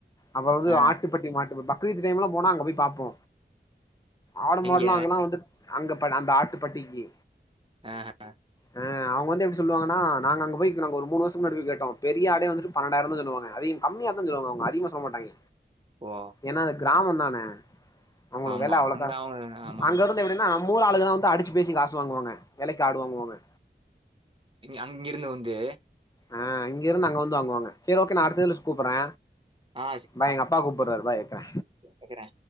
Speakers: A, on the left; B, on the right.
A: அப்புற வந்து
B: ஆ
A: ஆட்டு பட்டி மாட்டு ஃபக்ரீத் டைம்லா போன அங்க போய் பாப்போ ஆடு மாடுலா
B: எங்க?
A: அங்கனா வந்து அங்க ப நம்ப ஆட்டுப்பட்டிக்கு
B: ஆ
A: ஆ அவுங்க வந்து எப்டி சொல்லுவாங்கனா நாங்க அங்க போயிக்கிறோங்க ஒரு மூணு வருஷத்துக்கு முன்னாடிபோய் கேட்டோ பெரிய ஆடே வந்துட்டு பன்னெண்டாயிரோ தா சொல்லுவாங்க அதிக கம்மியா தா சொல்லுவாங்க அவுங்க அதிகமா சொல்ல மாட்டாங்க
B: ஓ
A: ஏன்னா அது கிராமம் தான அவுங்களுக்கு
B: ஆமா.
A: வேல அவ்ளோக்கா
B: அங்க அவங்க ஆமாமா.
A: அங்க இருந்து ஏன்னா நம்ப ஊரு ஆளுங்க தா வந்து அடிச்சு பேசி காசு வாங்குவாங்க வெலைக்கு ஆடு வாங்குவாங்க
B: அங்கிருந்து வந்து
A: ஆ அங்கிருந்து அங்க வந்து வாங்குவாங்க சேரி ஓகே நா அடுத்த இதுல கூப்புறே
B: ஆ
A: பாய் எங்க அப்பா கூப்பறாரு பாய்யக்கா
B: எங்கடா